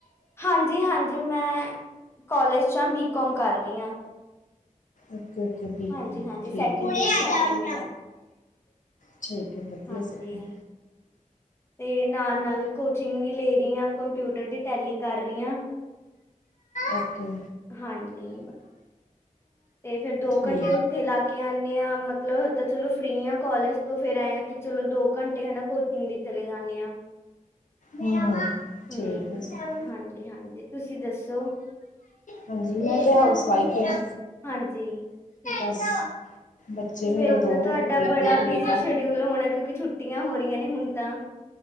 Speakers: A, on the left; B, on the left.
A: ਹਾਂਜੀ ਹਾਂਜੀ, ਮੈਂ ਕੋਲਜ ਚ ਆ ਬੀ ਕੋਮ ਕਰ ਰਈ ਆ।
B: ਓਕੇ ਓਕੇ, ਬੀ
A: ਹਾਂਜੀ
B: ਕੋਮ
A: ਹਾਂਜੀ
B: ਠੀਕ
A: ਸੈਕਿੰਡ
B: ਐ।
A: ਈਅਰ ਚੱਲ ਰਿਹਾ ਮੇਰਾ
B: ਠੀਕ ਐ, ਵਧੀਆ
A: ਹਾਂਜੀ
B: ਸਭ ਨੇ।
A: ਤੇ ਨਾਲ ਨਾਲ ਕੋਚਿੰਗ ਵੀ ਲੇ ਰਈ ਆ, ਕੰਪਿਊਟਰ ਦੀ ਟੈਲੀ ਕਰ ਰਈ ਆ।
B: ਓਕੇ।
A: ਹਾਂਜੀ। ਤੇ ਫੇਰ ਦੋ
B: ਠੀਕ।
A: ਘੰਟੇ ਉੱਥੇ ਲਾ ਕੇ ਆਨੇ ਆ, ਮਤਲਬ ਹਜੇ ਤਾਂ ਚਲੋ ਫਰੀ ਆ ਕੋਲਜ ਤੋਂ ਫੇਰ ਐ ਆ ਕਿ ਚਲੋ ਦੋ ਘੰਟੇ ਹਨਾ ਕੋਚਿੰਗ ਲਈ ਚਲੇ ਜਾਨੇ ਆ।
B: ਹੂੰ ਹੂੰ,
A: ਹੂੰ
B: ਠੀਕ
A: ਤੁ-
B: ਐ ਸਭ।
A: ਹਾਂਜੀ ਹਾਂਜੀ, ਤੁਸੀਂ ਦੱਸੋ?
B: ਹਾਂਜੀ, ਮੈਂ ਤੇ ਹਾਊਸ ਵਾਈਫ ਈ ਆ।
A: ਹਾਂਜੀ, ਠੀਕ
B: ਬਸ
A: ਐ।
B: ਬੱਚੇ ਮੇਰੇ
A: ਫਿਰ ਤਾਂ
B: ਦੋ
A: ਤੁਹਾਡਾ
B: ਇੱਕ ਬੇਟੀ
A: ਬੜਾ
B: ਇੱਕ
A: ਬਿਜੀ
B: ਬੇਟਾ।
A: ਸ਼ਡਿਊਲ ਹੋਣਾ, ਕਿਉਂਕਿ ਛੁੱਟੀਆਂ ਹੋ ਰਹੀਆਂ ਨੇ ਹੁਣ ਤਾਂ?